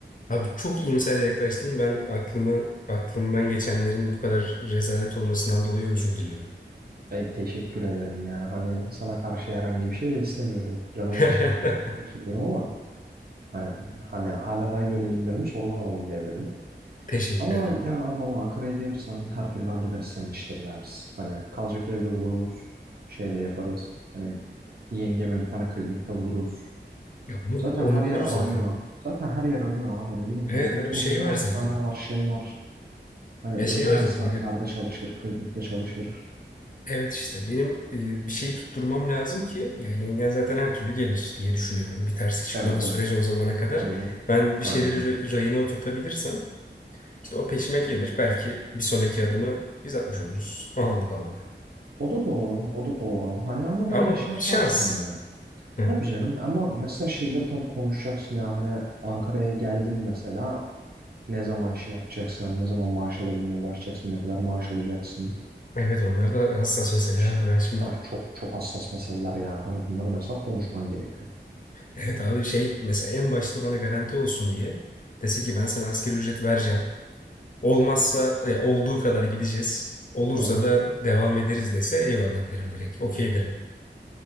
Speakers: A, on the left; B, on the right.
A: Abi çok iyimser yaklaştın. Ben aklımı aklımdan geçenlerin bu kadar rezalet olmasından dolayı özür diliyorum.
B: Ve teşekkür ederim yani hani sana karşı herhangi bir şey beslemiyorum canımın
A: <laughs>
B: içi. Çok seviyorum ama hani, hani hala da yönelimlerimi sorgulamadım bir evredeyim.
A: Teşekkür
B: Ama
A: ederim.
B: ya vallahi Ankara'ya gelirsen her türlü hallederiz senin işleri ya biz. Hani kalacak evde buluruz. Şey de yaparız. Hani yengeme bir tane klinikte buluruz.
A: Ya onu,
B: Zaten
A: onu
B: her yer
A: buluruz
B: arıyor.
A: zaten.
B: Zaten her yer arıyor abi ne bileyim.
A: Evet
B: Hani bir
A: abi
B: ton
A: şey
B: güzel
A: var
B: hastane
A: zaten.
B: var şey var. Hani
A: Ya
B: özel
A: şey var
B: hastanelerde
A: zaten.
B: çalışır. Klinikte çalışır.
A: Evet işte benim e, bir şeyi tutturmam lazım ki ya yengen zaten her türlü gelir diye düşünüyorum. Bir terslik çıkmadığı
B: Evet
A: sürece
B: evet.
A: o zamana kadar
B: Tabii canım.
A: ben bir şeyleri
B: Aynen öyle.
A: ra- rayına oturtabilirsem işte o peşime gelir. Belki bir sonraki adımı biz atmış oluruz. Allah Allah.
B: O da doğru, o da doğru. Hani ama
A: Ama
B: bence şey yaparsın
A: şans.
B: ya.
A: Hı.
B: Tabii canım ama mesela şeyleri tabii konuşacaksın ya. Hani Ankara'ya geldin mesela. Ne zaman şey yapacaksın? Hani ne zaman maaş alabilmeye başlayacaksın? Ne kadar maaş alacaksın?
A: Evet onlar da hassas mesele
B: İşte
A: abi ben şimdi.
B: ha, çok çok hassas meseleler yani. Hani bunları mesela konuşman gerekiyor.
A: Evet abi şey mesela en başta bana garanti olsun diye dese ki ben sana asgari ücret vereceğim. Olmazsa e, olduğu kadar gideceğiz. Olursa
B: Hı hı.
A: da devam ederiz dese eyvallah derim direkt. Okey derim.